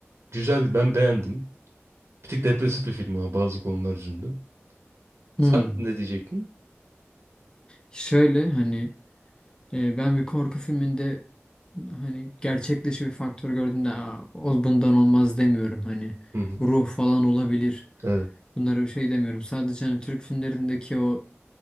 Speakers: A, on the right; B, on the left.
A: Güzel ben beğendim. Bir tık depresif bir film ama bazı konular yüzünden.
B: Hmm.
A: Sen ne diyecektin?
B: Şöyle hani e, ben bir korku filminde hani gerçek dışı bir faktör gördüm de "Aa, o bundan olmaz demiyorum hani
A: Hı hı.
B: ruh falan olabilir.
A: Evet.
B: Bunlara bir şey demiyorum. Sadece hani Türk filmlerindeki o